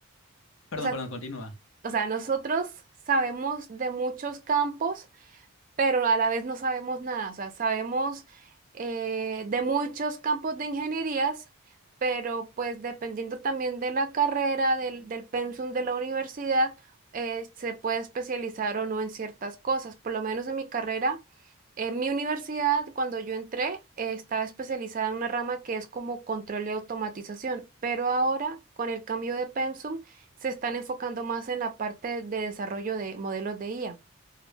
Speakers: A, on the left; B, on the right.
A: Perdón,
B: o sea,
A: perdón, continúa.
B: o sea, nosotros sabemos de muchos campos pero a la vez no sabemos nada. O sea, sabemos eh, de muchos campos de ingenierías, pero pues dependiendo también de la carrera, del, del pensum de la universidad, eh, se puede especializar o no en ciertas cosas. Por lo menos en mi carrera, en mi universidad, cuando yo entré, eh, estaba especializada en una rama que es como control y automatización, pero ahora con el cambio de pensum se están enfocando más en la parte de desarrollo de modelos de IA.